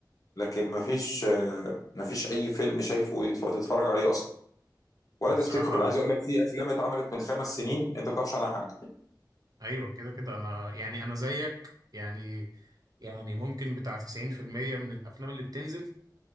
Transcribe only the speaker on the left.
لكن مفيش آه، مفيش اي فيلم شايفه يتف- تتفرج عليه اصلا ولا
تفتكره انا عايز اقول لك في افلام اتعملت من خمس سنين انت ما تعرفش عنها حاجة